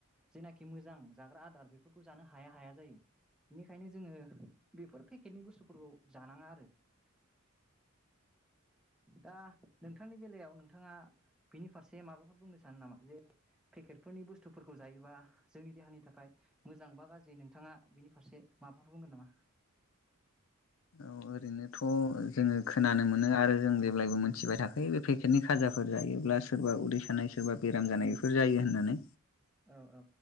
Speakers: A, in the centre; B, on the left.
A: जेनाखि मोजां जाग्रा आदार बेफोरखौ जानो हाया हाया जायो बेनिखायनो जोङो बेफोर पेकेटनि बुस्थुफोरखौ जानाङा आरो दा नोंथांनि बेलायाव नोंथाङा बिनि फारसे माबाफोर बुंनो सानो नामा? जे पेकेटफोरनि बुस्थुफोरखौ जायोबा जोंनि देहानि थाखाय मोजां बा गाज्रि नोंथाङा बिनि फारसे माबाफोर बुंगोन नामा?
B: अ ओरैनोथ' जोङो खोनानो मोनो आरो जों जेब्लायबो मोनथिबाय थाखायो बे पेकेटनि खाजाफोर जायोब्ला सोरबा उदै सानाय सोरबा बेराम जानाय इफोर जायो होननानै।
A: औ औ